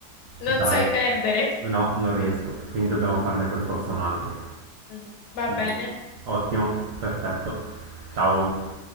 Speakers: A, on the left; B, on the right.
A: Non
B: Dai.
A: sai perdere?
B: No, non riesco, quindi dobbiamo farne per forza un altro.
A: Mm. Va
B: Dai.
A: bene.
B: Ottimo, perfetto. Ciao.